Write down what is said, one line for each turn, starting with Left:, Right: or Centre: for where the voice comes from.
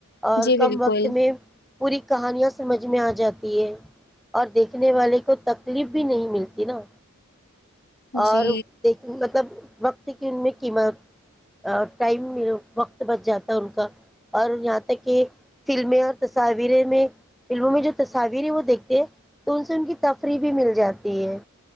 Centre: اور
Left: جی
Centre: کم
Left: بالکل
Centre: وقت میں پوری کہانیاں سمجھ میں آ جاتی ہے اور دیکھنے والے کو تکلیف بھی نہیں ملتی نا اور
Left: جی
Centre: دیکھ مطلب وقت کی ان میں قیمت ٹائم وقت بچ جاتا ہے ان کا اور یہاں تک کہ فلمیں اور تصاویر میں فلموں میں جو تصاویر ہیں وہ دیکھتے ہیں تو ان سے ان کی تفریح بھی مل جاتی ہے